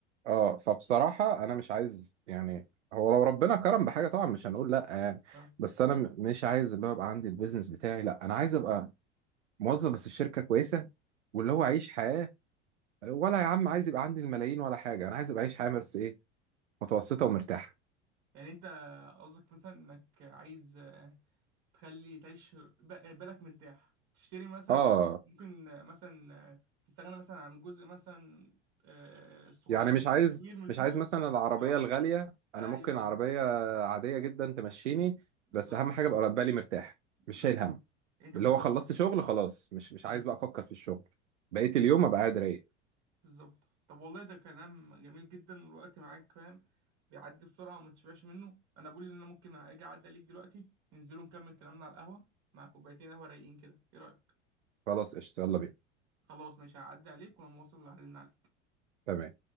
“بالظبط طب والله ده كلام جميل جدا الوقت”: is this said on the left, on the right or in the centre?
Right